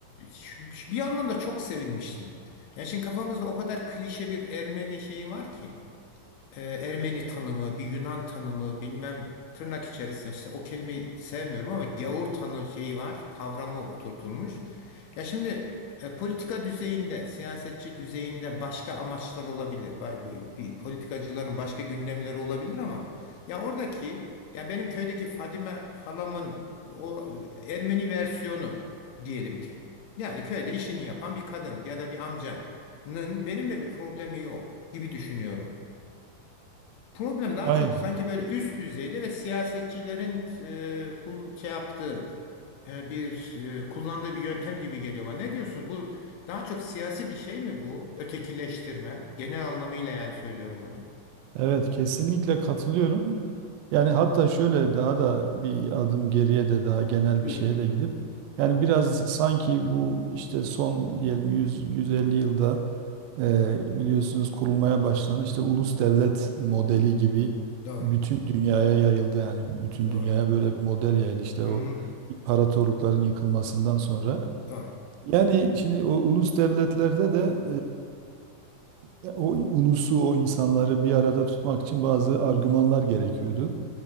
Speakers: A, on the left; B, on the right.
A: şu- bir anlamda çok sevinmiştim. Ya şimdi kafamızda o kadar klişe bir Ermeni şeyi var ki e, Ermeni tanımı, bir Yunan tanımı, bilmem tırnak içerisinde se- o kelimeyi sevmiyorum ama gavur tanı şeyi var, kavramı oturtulmuş. Ya şimdi e, politika düzeyinde, siyasetçi düzeyinde başka amaçlar olabilir. Ba- Bir politikacıların başka gündemleri olabilir ama ya oradaki ya benim köydeki Fadime halamın o e, Ermeni versiyonu diyelim ki. Yani köyde işini yapan bir kadın ya da bir amcanın benimle bir problemi yok gibi düşünüyorum. Problem daha
B: Aynen.
A: çok sanki böyle üst düzeyde ve siyasetçilerin e, kul şey yaptığı e, bir e, kullandığı bir yöntem gibi geliyor bana. Ne diyorsunuz? Bu daha çok siyasi bir şey mi bu? Ötekileştirme. Genel anlamıyla yani söylüyorum bunu.
B: Evet, kesinlikle katılıyorum. Yani hatta şöyle daha da bir adım geriye de daha genel
A: Buyurun.
B: bir şeye de gidip yani biraz sanki bu işte son diyelim 100 150 yılda Eee, biliyorsunuz kurulmaya başlanan işte ulus devlet modeli gibi
A: Doğru.
B: bütün dünyaya yayıldı. Yani bütün
A: Doğru.
B: dünyaya böyle bir model yayıldı işte
A: Hı
B: o
A: hı.
B: imparatorlukların yıkılmasından sonra.
A: Doğru.
B: Yani şimdi o ulus devletlerde de eee, o ulusu o insanları bir arada tutmak için bazı argümanlar gerekiyordu.